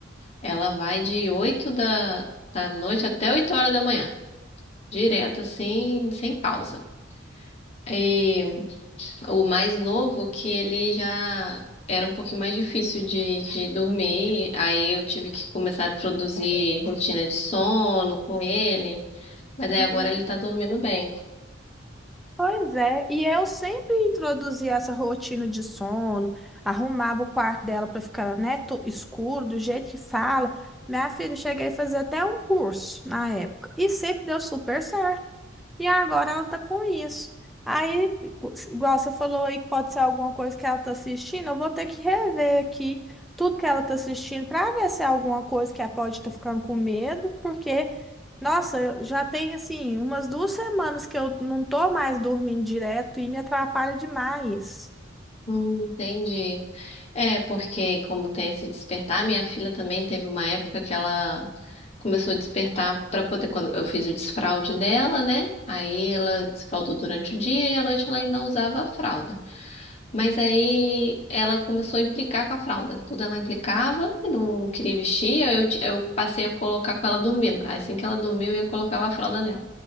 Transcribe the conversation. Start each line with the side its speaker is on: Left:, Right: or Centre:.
Left: Ela vai de 8 da, da noite até 8 horas da manhã, direto assim, sem pausa. E o mais novo, que ele já era um pouquinho mais difícil de, de dormir, aí eu tive que começar a introduzir rotina de sono com ele, mas aí
Centre: Uhum.
Left: agora ele tá dormindo bem.
Centre: Pois é, e eu sempre introduzia essa rotina de sono, arrumava o quarto dela para ficar, né, to- escuro, do jeito que fala. Minha filha, eu cheguei a fazer até um curso na época, e sempre deu super certo. E agora ela tá com isso. Aí, igual você falou aí que pode ser alguma coisa que ela tá assistindo, eu vou ter que rever aqui tudo que ela tá assistindo para ver se é alguma coisa que ela pode estar ficando com medo, porque nossa, eu já tem assim umas duas semanas que eu não tô mais dormindo direto e me atrapalha demais.
Left: Hum, entendi. É, porque como tem esse despertar, minha filha também teve uma época que ela começou a despertar para poder, quando eu fiz o desfralde dela, né? Aí ela desfraldou durante o dia e à noite ela ainda usava a fralda. Mas aí ela começou a implicar com a fralda. Tudo ela implicava, e não, não queria vestir, aí eu, ti- eu passei a colocar com ela dormindo. Assim que ela dormiu, eu colocava a fralda nela.